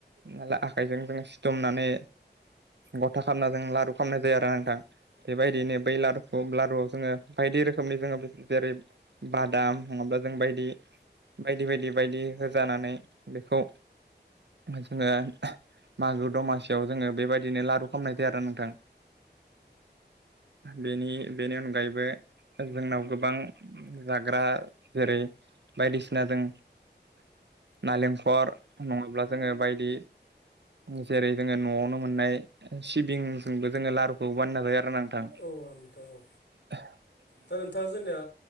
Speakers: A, on the right; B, on the left.
A: नालाय आखाइजों जों सिथुमनानै गथा खालामना जों लारु खालामनाय जायो आरो नोंथां बेबायदिनो बै लारुखौ लारुवाव जोङो बायदि रोखोमनि जोङो जेरै बादाम नङाब्ला जों बायदि बायदि बायदि बायदि होजानानै बेखौ जोङो मागो दमासियाव जोङो बेबायदिनो लारु खालामनाय जायो आरो नोंथां बेनि बेनि अनगायैबो जोंनाव गोबां जाग्रा जेरै बायदिसि सिना जों नालेंखर नङाब्ला जोङो बायदि जेरै जोङो न'वावनो मोननाय सिबिंजोंबो जोङो लारुखौ बानायना लायो आरो ना थां
B: औ नोंथां औ
A: <unintelligible>
B: दा नोंथाङा जोंनिया